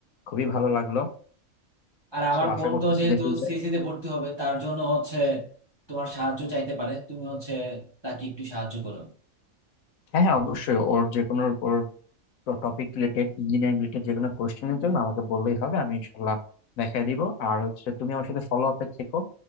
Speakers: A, on the left; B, on the right.
A: খুবই ভালো লাগলো
B: আর আমার
A: সো
B: বোন
A: আশা করতেছি
B: তো যেহেতু
A: যে ফিউচার
B: সিসি তে ভর্তি হবে তার জন্য হচ্ছে তোমার সাহায্য চাইতে পারে তুমি হচ্ছে তাকে একটু সাহায্য করো
A: হ্যাঁ হ্যাঁ অবশ্যই ওর যে কোনো ওর টপিক রিলেটেড ইঞ্জিনিয়ারিং রিলেটেড যে কোনো কোয়েশ্চেনের জন্য আমাকে বললেই হবে আমি ইনশাল্লাহ দেখাই দিব আর হচ্ছে তুমি আমার সাথে ফলো আপে থেকো